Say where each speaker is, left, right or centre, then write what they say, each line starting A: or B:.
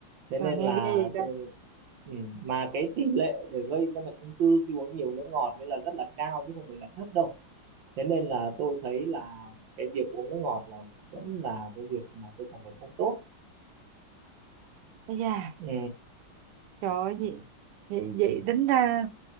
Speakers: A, on the right (about 70°); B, on the right (about 85°).
A: thế
B: trời
A: nên
B: nghe
A: là
B: ghê vậy ta
A: tôi ừ, mà cái tỷ lệ để gây ra bệnh ung thư khi uống nhiều nước ngọt nên là rất là cao chứ không phải là thấp đâu thế nên là tôi thấy là cái việc uống nước ngọt là vẫn là cái việc mà tôi cảm thấy không tốt
B: Ây da
A: ừ,
B: trời ơi vậy, vậy, vậy tính ra